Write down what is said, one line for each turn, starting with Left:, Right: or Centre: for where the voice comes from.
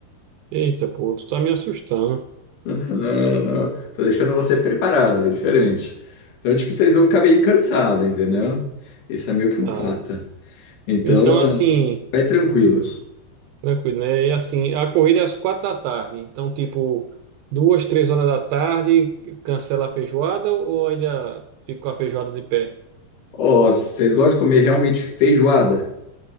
Right: eita, pô, tu tá me assustando.
Left: Não, não. Tô deixando você preparado, é diferente. Então, tipo, vocês vão ficar bem cansados, entendeu? Isso é meio que um
Right: Ah,
Left: fato. Então,
Right: então assim,
Left: eh, vai tranquilo.
Right: tranquilo, né? E assim, a corrida é às quatro da tarde, então tipo, duas, três horas da tarde, cancela a feijoada ou ainda fica com a feijoada de pé?
Left: Ó, vocês gostam de comer realmente feijoada?